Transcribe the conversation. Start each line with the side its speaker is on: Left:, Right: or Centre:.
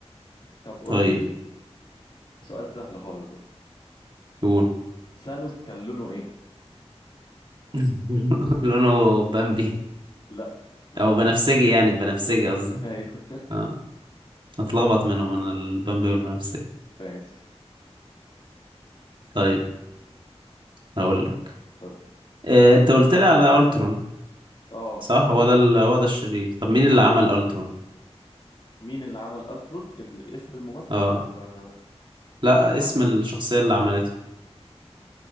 Left: طب قول
Right: طيب
Left: لي سؤال سهل خالص بقى
Right: قول
Left: ثانوس كان لونه ايه
Right: <laughs> لونه بامبي
Left: لا غلط
Right: او بنفسجي يعني
Left: بنفسجي
Right: بنفسجي قصدي
Left: <laughs> ايوه
Right: اه اتلخبط منهم انا البامبي والبنفسجي
Left: ماشي
Right: طيب هقول لك
Left: قول لي
Right: آه، انت قلت لي على الترون
Left: اه
Right: صح هو ده ال... هو ده الشرير طب مين اللي
Left: اه
Right: عمل الترون
Left: مين اللي عمل الترون ال- اسم الممثل
Right: اه
Left: ولا
Right: لا
Left: اه
Right: اسم الشخصية اللي عملته